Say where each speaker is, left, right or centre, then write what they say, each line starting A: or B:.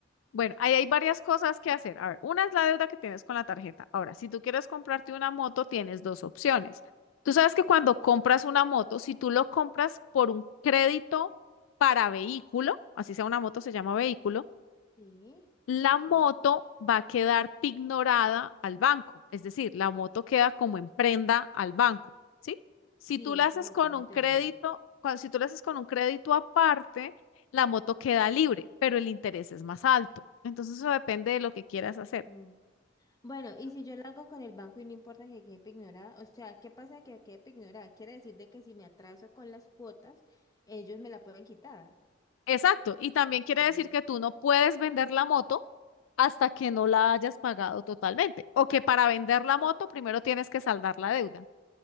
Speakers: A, on the left; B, on the left.
A: Bueno, ahí hay varias cosas que hacer. A ver, una es la deuda que tienes con la tarjeta. Ahora, si tú quieres comprarte una moto, tienes dos opciones. Tú sabes que cuando compras una moto, si tú lo compras por un crédito para vehículo, así sea una moto, se llama vehículo,
B: Sí,
A: la
B: eso sí.
A: moto va a quedar pignorada al banco, es decir, la moto queda como en prenda al banco, ¿sí? Si
B: Sí,
A: tú la
B: eso
A: haces
B: lo
A: con
B: tengo
A: un
B: entendido.
A: crédito, cuando, si tú la haces con un crédito aparte, la moto queda libre, pero el interés es más alto. Entonces eso depende de lo que quieras
B: Exactamente.
A: hacer.
B: Bueno, y si yo lo hago con el banco y no importa que quede ignorada, o sea, ¿qué pasa que quede ignorada? Quiere decir de que si me atraso con las cuotas, ellos me la pueden quitar.
A: Exacto, y también quiere
B: Ah,
A: decir que tú no puedes vender la moto hasta que no la hayas pagado totalmente, o que para vender la moto
B: O
A: primero tienes que saldar la deuda.